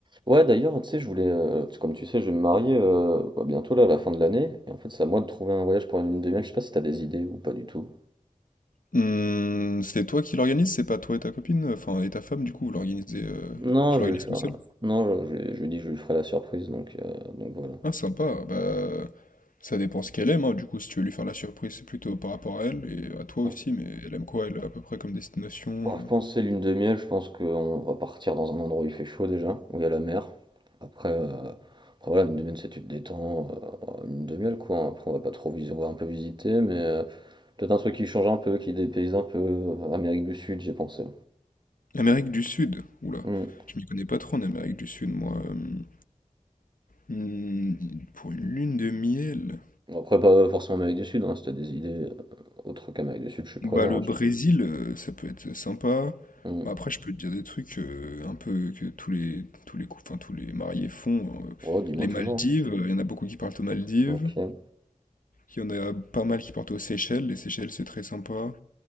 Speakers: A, on the right; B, on the left.
A: Ouais, d'ailleurs, tu sais, je voulais, euh, parce que comme tu sais, je vais me marier euh, bah, bientôt là, à la fin de l'année, et en fait, c'est à moi de trouver un voyage pour une lune de miel. Je sais pas si t'as des idées ou pas du tout.
B: Mmh, c'est toi qui l'organise? C'est pas toi et ta copine? Enfin, et ta femme, du coup, vous l'organisez... euh,
A: Non,
B: Tu
A: je
B: l'organises
A: vais lui faire,
B: tout seul?
A: la- non, je, je lui dis que je lui ferai la surprise, donc, euh, donc voilà.
B: Ah, sympa. Bah, ça dépend ce qu'elle aime, hein. Du coup, si tu veux lui faire la surprise, c'est plutôt par rapport à elle et à toi
A: Bon.
B: aussi. Mais elle aime quoi, elle, à peu près comme destination?
A: Bon,
B: euh
A: je pense que c'est lune de miel. Je pense qu'on va partir dans un endroit où il fait chaud déjà, où il y a la mer. Après, euh, après voilà, une demi-heure, c'est tu te détends, euh, une demi-heure quoi. hein. Après, on va pas trop visiter, on va un peu visiter, mais euh, peut-être un truc qui change un peu, qui dépayse un peu. euh, Amérique du Sud, j'ai pensé.
B: Amérique du Sud. Oula,
A: Hmm.
B: je m'y connais pas trop en Amérique du Sud, moi. Euh, hmm, pour une lune de miel...
A: Bon, après, pas forcément Amérique du Sud, hein, si t'as des idées, heu, autres qu'Amérique du Sud, je suis preneur,
B: Bah, le
A: hein,
B: Brésil, heu, ça peut être sympa.
A: je mmh.
B: Bah, après, je peux te dire des trucs, heu, un peu que tous les tous les cou enfin, tous les mariés font, heu.
A: Oh, dis-moi
B: Les
A: toujours,
B: Maldives, heu, il y en a beaucoup qui partent aux Maldives.
A: hein. OK.
B: Il y en a pas mal qui partent aux Seychelles. Les Seychelles, c'est très sympa.